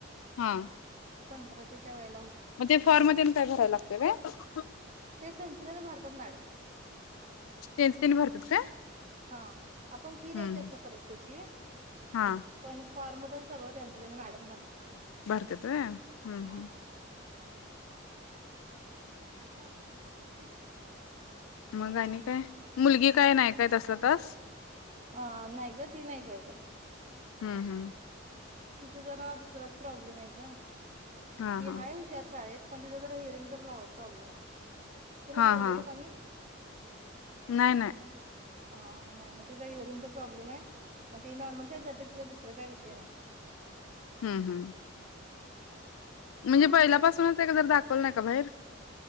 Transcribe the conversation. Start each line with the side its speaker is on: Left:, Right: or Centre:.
Left: हा
Right: संक्रांतीच्या वेळेला होती.
Left: मग ते फॉर्म मध्ये काय भरायला लागतोय काय?
Right: ते त्यांच तेनी भरतात मॅडम.
Left: त्यांच त्यांनी भरतात काय
Right: हा आपण फी द्यायची
Left: हम्म
Right: असत्या परीक्षेची-
Left: हा
Right: पण फॉर्म तेन सगळं त्यांच तेती मॅडम भरतात.
Left: भरतात होय हम्म
Right: हा
Left: हम्म
Right: आता तू
Left: मग आणि काय मुलगी काय नाही काय तसला तास
Right: अ नाही का ती नाही काय करत.
Left: हम्म हा हा
Right: तिचा जरा दुसराच प्रॉब्लेम आहे अग
Left: हा
Right: ती आहे
Left: हा
Right: हुशार शाळेत. पण तिथं जरा हिअरिंगचा प्रॉब्लेम आहे तुला
Left: हा
Right: बोलेलो
Left: हा
Right: काय मी.
Left: नाही नाही
Right: ह नाही मग तिचा हिअरिंगचा प्रॉब्लेम आहे मग ती नॉर्मल शाेत जाते तिचा दुसर काय विषय नाही
Left: हम्म हम्म म्हणजे पहिल्यापासूनच आहे का जर दाखवल नाही का बाहेर